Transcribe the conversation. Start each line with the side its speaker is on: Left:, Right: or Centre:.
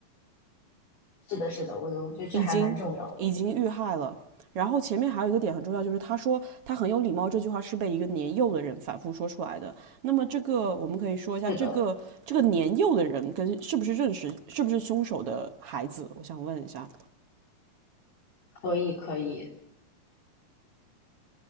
Left: 是的，是的，我我觉得这还蛮重要的。
Right: 已经，已经遇害了。然后前面还有一个点很重要，就是他说他很有礼貌这句话是被一个年幼的人反复说出来的。那么这个我们可以说一下，
Left: 是的，
Right: 这个这个年幼的人跟是不是认识，是不是凶手的孩子？我想问一下。
Left: 可以可以。